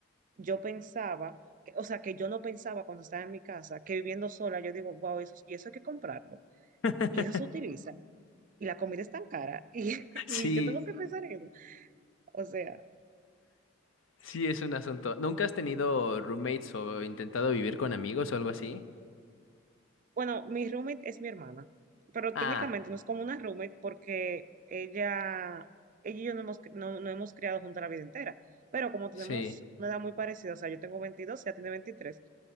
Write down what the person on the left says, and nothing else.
<laughs>
Sí,
sí es un asunto. ¿Nunca has tenido roommates o intentado vivir con amigos o algo así?
Ah,
sí.